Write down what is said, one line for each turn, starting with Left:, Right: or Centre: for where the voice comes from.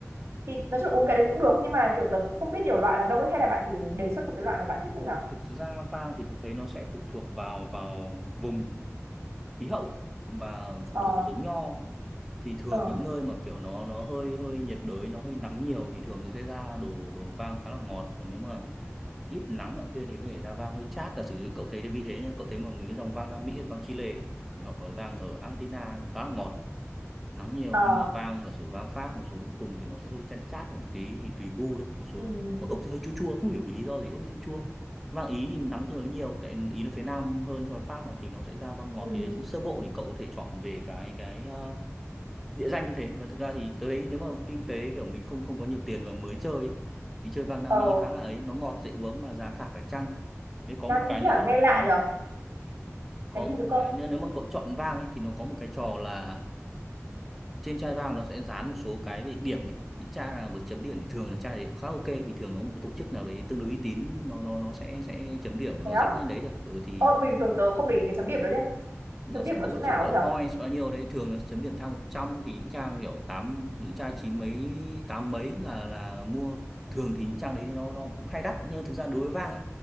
Right: thì nói chung là uống cái đấy cũng được nhưng mà kiểu tớ cũng không biết nhiều loại làm đâu ấy hay là bạn thử đề xuất một cái loại mà bạn thích như nào
Centre: thực ra vang thì tôi thấy nó sẽ phụ thuộc vào vào vùng khí hậu và phụ
Right: ờ
Centre: thuộc vào giống nho thì thường
Right: ờ
Centre: những nơi mà kiểu nó nó hơi hơi nhiệt đới nó hơi nắng nhiều thì thường nó sẽ ra đồ đồ vang khá là ngọt còn nếu mà ít nắng nọ kia thì có thể ra vang hơi chát giả sử cậu thấy thì vì thế cậu thấy mà mấy cái dòng vang Nam Mỹ vang Chile ấy, hoặc là vang ở Argentina khá là ngọt nắng nhiều
Right: ờ
Centre: nhưng mà vang giả sử vang Pháp một số vùng thì nó sẽ hơi chăn chát một tí thì tùy gu thôi một số
Right: ừ
Centre: mà Úc thì hơi chua chua không hiểu vì lý do gì Úc hơi chua chua vang Ý thì nắng tương đối nhiều tại Ý nó phía Nam hơn so với Pháp mà thì nó sẽ ra vang ngọt
Right: ừ
Centre: thì đấy, sơ bộ thì cậu có thể chọn về cái cái ờ, địa danh như thế và thực ra thì tới đấy nếu mà kinh tế kiểu mình không không có nhiều tiền và mới chơi ấy, thì chơi vang Nam
Right: Ờ,
Centre: Mỹ khá là ấy nó ngọt dễ uống mà giá cả phải chăng thế có
Right: Nam
Centre: một cái
Right: Mỹ
Centre: nữa
Right: à, nghe lạ
Centre: ừ,
Right: nhở?
Centre: có
Right: Cái
Centre: một
Right: gì được cô?
Centre: cái nữa nếu mà cậu chọn vang ấy thì nó có một cái trò là trên chai vang nó sẽ dán một số cái về điểm ấy những chai nào mà chấm điểm thì thường là chai đấy khá ok vì thường nó một cái tổ chức nào đấy tương đối uy tín nó nó nó sẽ sẽ chấm điểm và
Right: Thế
Centre: nó
Right: á?
Centre: dán lên đấy được ừ, thì
Right: Ờ, bình thường tớ không để ý cái chấm điểm đó nhá.
Centre: nó
Right: Chấm
Centre: sẽ
Right: điểm
Centre: có
Right: nó
Centre: một
Right: chỗ nào
Centre: chữ gọi
Right: ấy
Centre: là
Right: nhở?
Centre: points bao nhiêu đấy thường nó chấm điểm thang 100 thì những trang kiểu tám những trang chín mấy tám mấy là là mua thường thì những trang đấy nó nó cũng hay đắt nhưng mà thực ra đối với Vang ấy